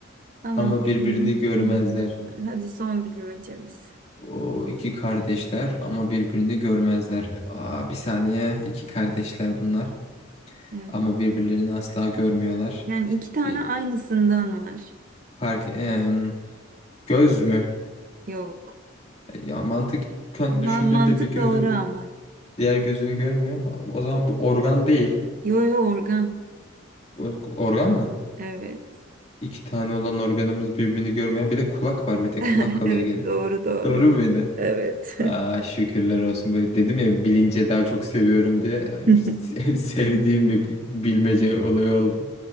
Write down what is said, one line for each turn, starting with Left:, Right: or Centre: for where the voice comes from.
Right: Ama
Left: ama
Right: birbirini
Left: birbirini görmezler.
Right: görmezler. Hadi son bilmecemiz.
Left: O iki kardeşler ama birbirini görmezler. Aa, bir saniye. İki kardeşler bunlar.
Right: Evet.
Left: Ama birbirlerini asla görmüyorlar.
Right: Yani iki tane
Left: Bir
Right: aynısından var.
Left: fark... Em, göz mü?
Right: Yok.
Left: Ya mantıken düşündüğünde
Right: Ma- mantık
Left: bir gözün
Right: doğru ama.
Left: Diğer gözünü görmüyor ama o zaman bu organ değil.
Right: Yo yo organ.
Left: O- Organ mı?
Right: Evet.
Left: İki tane olan organımız birbirini görmeyen bir de kulak var. Bir tek
Right: <laughs>
Left: kulak kalıyor
Right: Evet
Left: geri.
Right: doğru doğru.
Left: Doğru muydu?
Right: Evet.
Left: Aa, şükürler olsun. Böyle dedim ya bilince daha çok seviyorum diye
Right: <laughs>
Left: <laughs> sevdiğim bir bilmece olayı oldu.